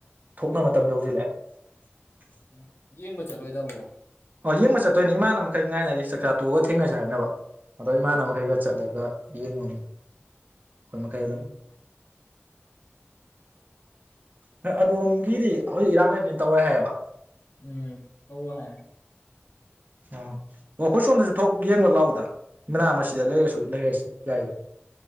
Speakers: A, on the right; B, on the left.
A: ꯊꯣꯛꯅ ꯃꯇꯝ ꯌꯧꯁꯤꯜꯂꯛꯑꯦ
B: ꯎꯝ ꯌꯦꯡꯕ ꯆꯠꯂꯣꯏꯗꯕꯣ
A: ꯑ ꯌꯦꯡꯕ ꯆꯠꯇꯣꯏꯅꯦ ꯏꯃꯥꯟꯅꯕ ꯃꯈꯩ ꯉꯥꯏꯅꯔꯤ ꯆꯥꯛꯆꯥꯥ ꯇꯣꯛꯑꯒ ꯊꯦꯡꯅꯁꯦ ꯍꯥꯏꯅꯕ ꯑꯗꯣ ꯏꯃꯥꯟꯅꯕ ꯃꯈꯩꯒ ꯆꯠꯂꯒ ꯌꯦꯡꯉꯨꯅꯤ꯫ ꯑꯩꯈꯣꯏ ꯃꯈꯩ
B: ꯎꯝ
A: ꯑꯗꯨꯝ ꯅꯣꯏ ꯑꯗꯣꯝꯒꯤꯗꯤ ꯍꯧꯖꯤꯛ ꯏꯔꯥꯡ ꯂꯩꯕꯅ ꯇꯧꯔꯦ ꯍꯥꯏꯌꯦꯕ꯫
B: ꯎꯝ ꯇꯧꯔꯣꯏ ꯍꯥꯏ꯫
A: ꯑꯣ ꯑꯣ ꯑꯩꯈꯣꯏ ꯁꯣꯝꯗꯁꯨ ꯊꯣꯛ ꯌꯦꯡꯕ ꯂꯥꯛꯎꯗ ꯃꯅꯥꯗ ꯂꯩꯔꯁꯨ ꯂꯩꯔꯁꯨ ꯌꯥꯏꯗꯅ